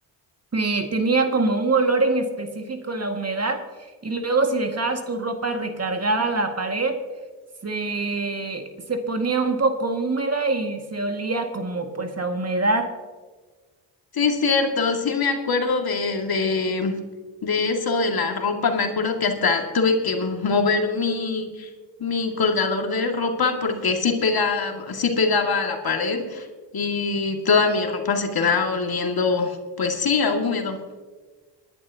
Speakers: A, on the right; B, on the left.
A: eh, tenía como un olor en específico la humedad y luego si dejabas tu ropa recargada a la pared, se, se ponía un poco húmeda y se olía como pues a humedad.
B: Sí, cierto, sí me acuerdo de, de, de eso, de la ropa. Me acuerdo que hasta tuve que mover mi, mi colgador de ropa porque sí pegaba, sí pegaba a la pared y toda mi ropa se quedaba oliendo, pues sí, a húmedo.